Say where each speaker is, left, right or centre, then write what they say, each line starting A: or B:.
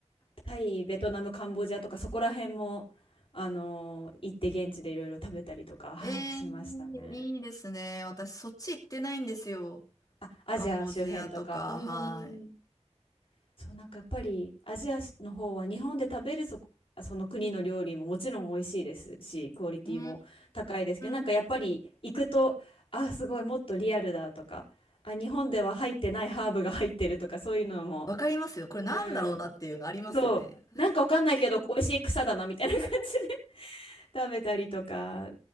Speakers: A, on the left (about 50°); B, on the left (about 30°).
A: タイ、ベトナム、カンボジアとかそこら辺も、あのー行って現地でいろいろ食べたりとか、はい、
B: ええー
A: しましたね。
B: いいですね。私、そっち行ってないんですよ。
A: あ、アジア周辺とか、
B: カンボジアとか、
A: うん。
B: はい。
A: そう、なんかやっぱりアジアの方は日本で食べるそ、その国の料理ももちろん美味しいですし、クオリティも高いですけど、
B: うー
A: なんかやっぱり行くと、
B: ん。
A: あ、すごいもっとリアルだとか、あ、日本では入ってないハーブが入ってるとか、そういうのも、
B: わかりますよ。これなんだろうなっていうのありますよね。
A: うん、そう、なんかわかんないけど、美味しい草だなみたいな感じで <laughs> 食べたりとか